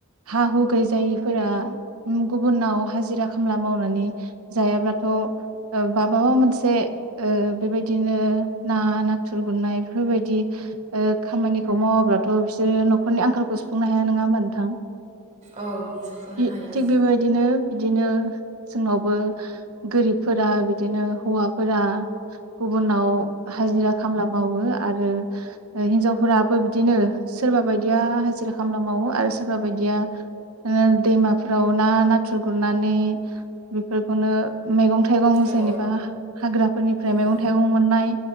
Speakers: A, on the right; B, on the right.
A: हा हु गैजायिफोरा मु गुबुनाव हाजिरा खामला मावनानै जायाब्लाथ' ओ माबा मोनसे ओ बेबायदिनो ना, नाथुर गुरनाय बेफोरबायदि ओ खामानिखौ मावाब्लाथ' बिसोरो न'खरनि आंखालखौ सुफुंनो हाया नङा होमबा नोंथां?
B: औ सुफुंनो
A: बि
B: हायो
A: थिग बेबायदिनो बिदिनो जोंनावबो गोरिबफोरा बिदिनो हौवाफोरा गुबुनाव हाजिरा खामला मावो आरो ओ हिन्जावफोराबो बिदिनो सोरबा बायदिया हाजिरा खामला मावो आरो सोरबा बायदिया ओ दैमाफोराव ना नाथुर गुरनानै बेफोरखौनो मैगं थाइगं जेनेबा
B: औ
A: हाग्राफोरनिफ्राय मैगं
B: औ
A: थाइगं मोननाय